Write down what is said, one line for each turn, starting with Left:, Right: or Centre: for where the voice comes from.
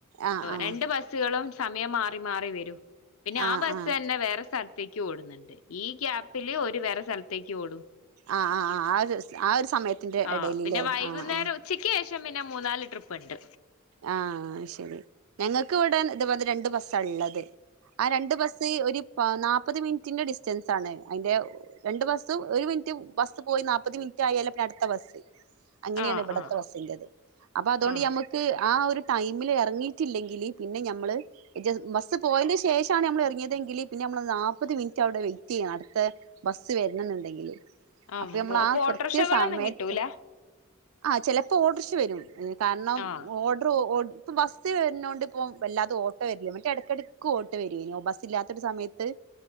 Right: ആഹ് ആഹ്
Left: രണ്ട് ബസ്സുകളും സമയം മാറി മാറി വരും പിന്നെ
Right: ആഹ്
Left: ആ ബസ്സ്
Right: ആഹ്
Left: തന്നെ വേറെ സ്ഥലത്തേക്ക് ഓടുന്നുണ്ട് ഈ ഈ ക്യാപ്പില് ഒരു വേറെ സ്ഥലത്തേക്ക് ഓടും
Right: ആ ആ ആ ആ ഒരു ആ ഒരു സമയത്തിന്റെ
Left: ആ
Right: ഇടയില്
Left: പിന്നെ
Right: ല്ലേ
Left: വൈകുന്നേരം
Right: ആഹ് ആ
Left: ഉച്ചക്ക് ശേഷം പിന്നെ മൂന്നാല് ട്രിപ്പ്ണ്ട്
Right: ആ ശരി ഞങ്ങൾക്ക് ഇവിടെ ഇത് പോലെ രണ്ട് ബസ്സാ ഉള്ളത് ആ രണ്ട് ബസ് ഒരു നാപ്പത് മിനിറ്റിന്റെ ഡിസ്റ്റൻസ് ആണ് അതിന്റെ രണ്ടു ബസ്സും ഒരു മിനിറ്റ് ബസ്സ് പോയി നാല്പ്പത് മിനിറ്റ് ആയാലേ പിന്നെ അടുത്ത ബസ്സ് അങ്ങനെയാണ്
Left: ആ
Right: ഇവിടത്തെ
Left: ആ ആ
Right: വസ്സ്ള്ളത് അപ്പൊ അതുകൊണ്ട്
Left: ആ
Right: മ്മക്ക് ആ ഒരു ടൈമിൽ ഇറങ്ങിയിട്ടില്ലെങ്കിൽ പിന്നെ ഞമ്മള് ബസ് പോയതിന് ശേഷം ണ് നമ്മൾ ഇറങ്ങിയതെങ്കിൽ പിന്നെ നമ്മള് നാല്പ്പത് മിനിറ്റ് അവിടെ വെയിറ്റ് ചെയ്യണം അടുത്ത ബസ് വരണ ന്നുണ്ടെങ്കില്
Left: ആ
Right: അപ്പൊ നമ്മള ആ
Left: ഓട്ടോറിക്ഷകളൊന്നും
Right: കൃത്യ സമയത്ത്
Left: കിട്ടൂല
Right: ആ ചിലപ്പോഔട്ടോര് ക്ഷ വരും കാരണം
Left: ആ
Right: ഓഡർഓ ഇപ്പം ബസ്സ് വരുന്നോണ്ട് ഇപ്പം വല്ലാതെ ഓട്ടോ വരില്ല മറ്റേ ഇടക്കിടക്ക് ഇക് ഔട്ടോ വരോന്നു ബസ് ഇല്ലാത്തൊ രു സമയത്ത്